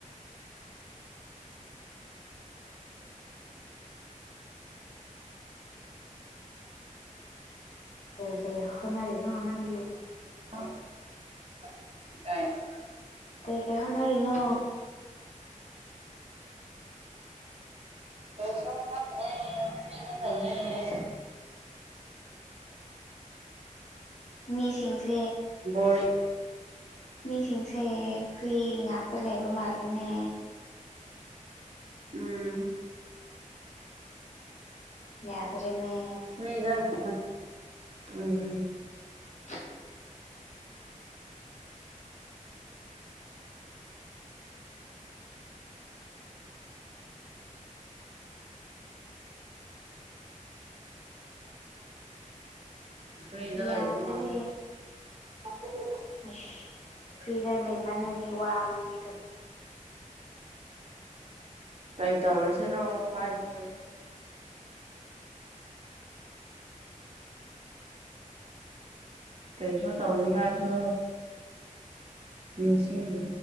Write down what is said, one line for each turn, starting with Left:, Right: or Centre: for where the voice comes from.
Left: ꯀꯩ ꯀꯩ ꯍꯣꯠꯅꯔꯤꯅꯣ ꯅꯪꯗꯤ
Right: <unintelligible>
Left: ꯀꯩ ꯀꯩ ꯍꯣꯅꯔꯤꯅꯣ
Right: ꯀꯔꯤꯁꯨ ꯍꯧꯟꯅꯗ꯭ꯔꯦ ꯐ꯭ꯔꯤꯗ ꯂꯩꯌꯦ
Left: ꯃꯤꯁꯤꯡꯁꯦ
Right: ꯕꯣꯔꯤꯛ
Left: ꯃꯤꯁꯤꯡꯁꯦ ꯐ꯭ꯔꯤ ꯉꯥꯛꯇ ꯂꯩꯕ ꯃꯥꯜꯂꯦꯅꯦ
Right: ꯎꯝ
Left: ꯌꯥꯗ꯭ꯔꯦꯅꯦ
Right: <unintelligible> ꯎꯝ
Left: <inaudible>
Right: ꯐ꯭ꯔꯤꯗ
Left: ꯌꯥꯗ꯭ꯔꯦ
Right: ꯂꯩꯕ ꯃꯥꯜꯂꯦ <unintelligible>
Left: ꯑꯩꯁ ꯐ꯭ꯔꯤꯗ ꯂꯩꯃꯜꯅꯗꯤ ꯋꯥꯕꯅꯤꯅꯦ ꯀꯔꯤ
Right: ꯀꯩ ꯇꯧꯔꯁꯤꯔꯣ ꯍꯥꯏꯃꯤꯎ ꯀꯩꯁꯨ ꯇꯧꯅꯤꯡꯉꯥꯏꯁꯨ ꯅꯤꯡꯁꯤꯡꯗꯦ